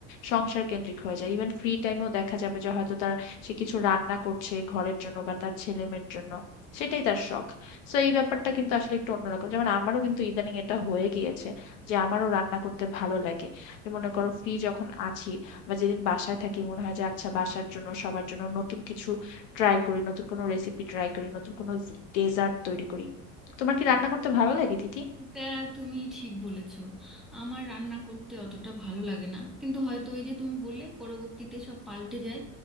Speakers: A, on the left; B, in the centre.
A: সংসার কেন্দ্রিক হয়ে যায় ইভেন ফ্রি টাইমেও দেখা যাবে যে হয়তো তার সে কিছু রান্না করছে ঘরের জন্য বা তার ছেলে মেয়ের জন্য সেটাই তার শখ সো এই ব্যাপারটা কিন্তু আসলে একটু অন্যরকম যেমন আমারও কিন্তু ইদানিং এটা হয়ে গিয়েছে যে আমারও রান্না করতে ভালো লাগে যে মনে করো ফ্রি যখন আছি বা যেদিন বাসায় থাকি মনে হয় যে আচ্ছা বাসার জন্য সবার জন্য নতুন কিছু ট্রাই করি নতুন কোনো রেসিপি ট্রাই করি নতুন কোনো ডেজার্ট তৈরি করি তোমার কি রান্না করতে ভালো লাগে দিদি
B: এটা তুমি ঠিক বলেছো আমার রান্না করতে অতটা ভালো লাগে না কিন্তু হয়তো ওই যে তুমি বললে পরবর্তীতে সব পাল্টে যায়